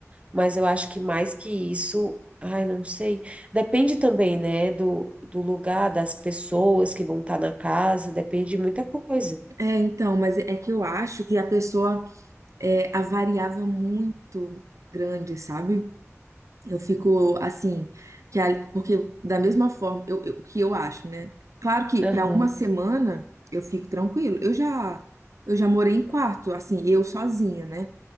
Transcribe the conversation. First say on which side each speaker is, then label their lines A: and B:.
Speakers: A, on the right (about 25°); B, on the right (about 80°).
A: Mas eu acho que mais que isso, ai, não sei. Depende também, né, do, do lugar, das pessoas que vão estar na casa, depende de muita coisa.
B: É, então, mas é que eu acho que a pessoa é a variável é muito grande, sabe? Eu fico assim, que a- porque da mesma forma, eu, eu- o que eu acho, né? Claro que para
A: Aham,
B: uma semana eu fico tranquilo. Eu já eu já morei em quarto, assim, eu sozinha, né?